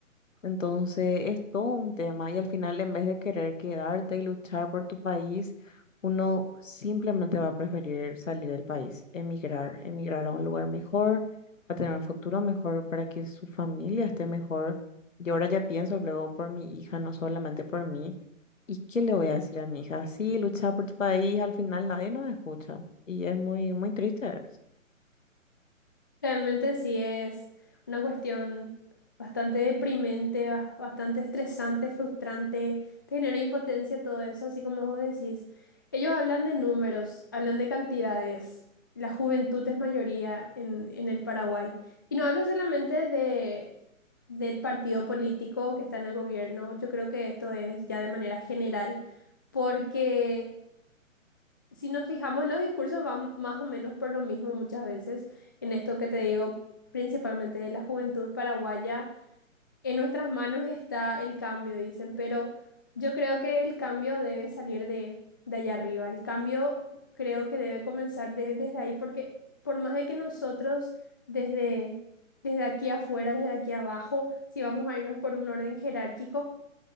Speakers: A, on the left; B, on the left.
A: Entonces es todo un tema y al final en vez de querer quedarte y luchar por tu país, uno simplemente va a preferir salir del país, emigrar, emigrar a un lugar mejor, a tener un futuro mejor para que su familia esté mejor. Yo ahora ya pienso luego por mi hija, no solamente por mí. ¿Y qué le voy a decir a mi hija? Sí, lucha por tu país, al final nadie nos escucha y es muy, muy triste.
B: Realmente sí es una cuestión bastante deprimente, ba- bastante estresante, frustrante, te genera impotencia todo eso, así como vos decís. Ellos hablan de números, hablan de cantidades. La juventud es mayoría en, en el Paraguay. Y no hablo solamente de, del partido político que está en el gobierno, yo creo que esto es ya de manera general, porque... Si nos fijamos, los discursos van más o menos por lo mismo muchas veces, en esto que te digo, principalmente de la juventud paraguaya, en nuestras manos está el cambio, dicen, pero yo creo que el cambio debe salir de, de allá arriba, el cambio creo que debe comenzar de- desde ahí, porque por más de que nosotros desde, desde aquí afuera, desde aquí abajo, si vamos a irnos por un orden jerárquico,